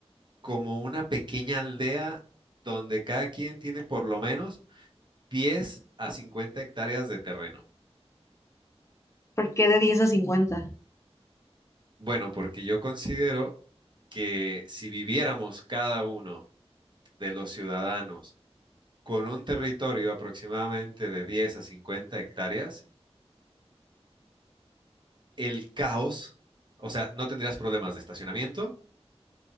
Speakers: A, on the right; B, on the left.
A: como una pequeña aldea donde cada quien tiene por lo menos pies a 50 hectáreas de terreno.
B: ¿Por qué de diez a cincuenta.
A: Bueno, porque yo considero que si viviéramos cada uno de los ciudadanos con un territorio aproximadamente de 10 a 50 hectáreas, el caos, o sea, no tendrías problemas de estacionamiento,